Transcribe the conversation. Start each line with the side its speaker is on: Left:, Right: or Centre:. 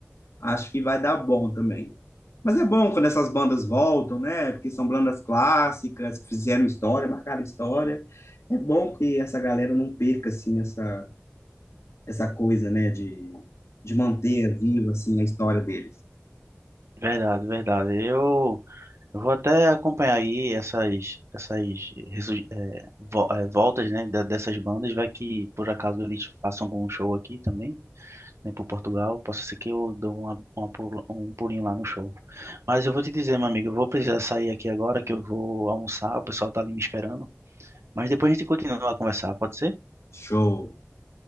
Left: Acho que vai dar bom também. Mas é bom quando essas bandas voltam, né? Porque são bandas clássicas, que fizeram história, marcaram história. É bom que essa galera não perca, assim, essa, essa coisa, né? De, de manter viva, assim, a história deles.
Right: Verdade, verdade. Eu eu vou até acompanhar aí essas essas ressu- eh, vo- eh, voltas, né, da- dessas bandas, vai que por acaso eles façam algum show aqui também. nem por Portugal. Possa ser que eu dou uma, uma pul- um pulinho lá no show. Mas eu vou te dizer, meu amigo, eu vou precisar sair aqui agora, que eu vou almoçar, o pessoal tá ali me esperando. Mas depois a gente continua a conversar, pode ser?
Left: Show.